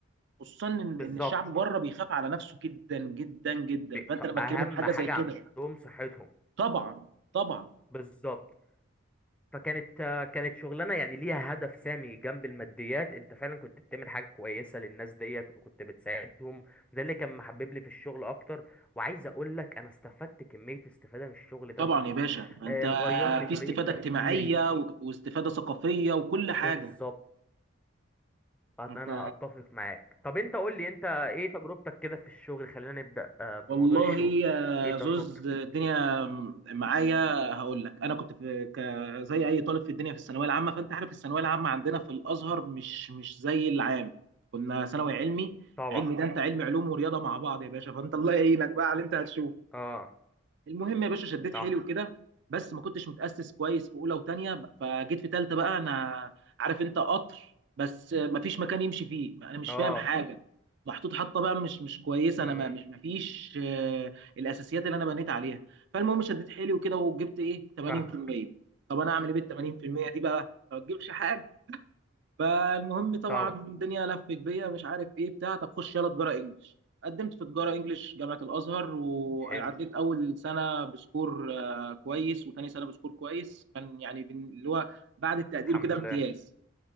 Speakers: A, on the right (about 55°); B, in the centre.
A: خصوصا ان
B: بالظبط
A: إن الشعب بره بيخاف على نفسه جدا جدا جدا
B: ب-
A: فانت لما
B: اهم
A: تكلمه بحاجه
B: حاجه
A: زي كده
B: عندهم صحتهم
A: طبعا طبعا
B: بالظبط فكانت آه، كانت شغلانه يعني ليها هدف سامي جنب الماديات انت فعلا كنت بتعمل حاجه كويسه للناس ديت وكنت بتساعدهم ده اللي كان محبب لي في الشغل اكتر وعايز اقول لك انا استفدت كميه استفاده من الشغل ده
A: طبعا يا باشا انت
B: آه، غير لي طريقه
A: في استفاده
B: تفكيري
A: اجتماعيه و- واستفاده ثقافيه وكل حاجه
B: بالظبط انا
A: انت
B: اتفق معاك طب انت قول لي انت ايه تجربتك كده في الشغل خلينا نبدأ آه، بموضوع
A: والله
B: الشغل
A: يا
B: ايه
A: زوز
B: تجربتك
A: الدنيا معايا هقول لك انا كنت في ك... زي اي طالب في الدنيا في الثانويه العامه فانت عارف الثانويه العامه عندنا في الازهر مش مش زي العام كنا ثانوي علمي
B: طبعا
A: علمي ده انت علمي علوم ورياضه مع بعض يا باشا فانت الله يعينك بقى على اللي انت هتشوفه
B: اه
A: المهم يا باشا شديت
B: صح
A: حيلي وكده بس ما كنتش متأسس كويس في اولى وتانية فجيت في تالتة بقى انا عارف انت قطر بس ما فيش مكان يمشي فيه انا مش
B: اه
A: فاهم حاجة محطوط حطة بقى مش مش كويسة
B: امم
A: انا ما مش ما فيش آه، الاساسيات اللي انا بنيت عليها فالمهم شديت حيلي وكده وجبت ايه 80%
B: فاهمك
A: طب انا اعمل ايه بال 80% دي بقى ما تجيبش حاجة فالمهم طبعا
B: طبعا
A: الدنيا لفت بيا مش عارف ايه بتاع طب خش يلا تجاره انجلش قدمت في تجاره انجلش جامعه الازهر وعديت
B: حلو
A: اول سنه بسكور آه، كويس وتاني سنه بسكور كويس كان يعني بن- اللي هو بعد التقدير
B: الحمد
A: وكده
B: لله
A: امتياز